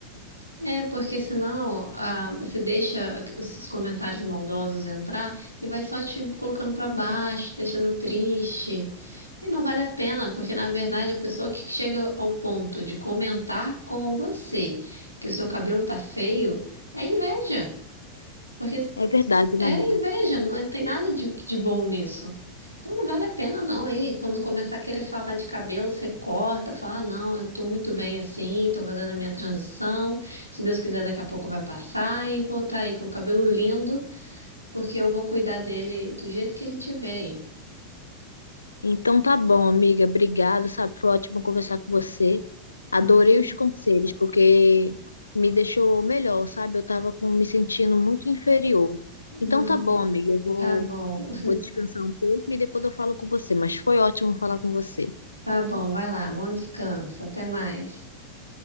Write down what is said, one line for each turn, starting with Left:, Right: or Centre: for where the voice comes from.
Right: É, porque senão ah, você deixa esses comentários maldosos entrar e vai só te colocando pra baixo, deixando triste. E não vale a pena, porque na verdade a pessoa que chega ao ponto de comentar com você que o seu cabelo tá feio é inveja. Porque
Left: É verdade,
Right: é
Left: né, amiga?
Right: inveja, não é- tem nada de, de bom nisso. Então não vale a pena não. Aí, quando começar a querer falar de cabelo, você corta, fala, "Ah, não, eu tô muito bem assim, tô fazendo a minha transição. Se Deus quiser, daqui a pouco vai passar e vou estar aí com o cabelo lindo, porque eu vou cuidar dele do jeito que ele tiver aí.
Left: Então tá bom, amiga. Obrigada, sabe? Foi ótimo conversar com você. Adorei
Right: Ah, que...
Left: os conselhos, porque me deixou melhor, sabe? Eu tava com, me sentindo muito inferior.
Right: Não,
Left: Então tá bom, amiga. Eu vou,
Right: tá bom, <laughs>
Left: vou descansar um pouco e depois eu falo com você. Mas foi ótimo falar com você.
Right: tá bom, vai lá, bom descanso, até mais.